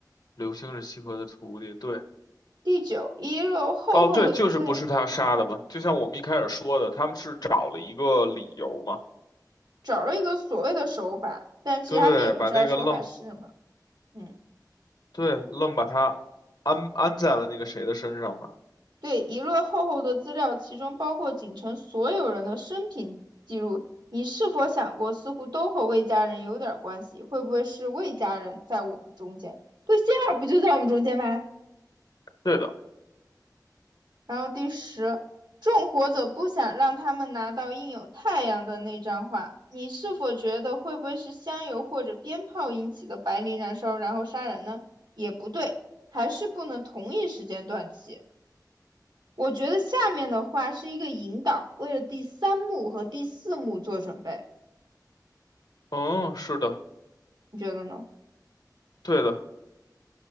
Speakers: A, on the left; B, on the right.
A: 刘星是西河的徒弟，对，
B: 第九，遗留厚厚的资料。
A: 哦对，就是不是他杀的嘛？就像我们一开始说的，他们是找了一个理由嘛，
B: 找了一个所谓的手法，但其实他们也不知道手法是什么。
A: 对，把那个愣，
B: 嗯，
A: 对，愣把他安安在了那个谁的身上嘛。
B: 对，一摞厚厚的资料，其中包括景城所有人的生平记录。你是否想过，似乎都和魏家人有点关系？会不会是魏家人在我们中间？对，仙儿不就在我们中间吗？
A: 对的，
B: 然后第十，纵火者不想让他们拿到印有太阳的那张画。你是否觉得会不会是香油或者鞭炮引起的白磷燃烧，然后杀人呢？也不对，还是不能同一时间断气。我觉得下面的话是一个引导，为了第三幕和第四幕做准备，
A: 嗯，是的，
B: 你觉得呢？
A: 对的，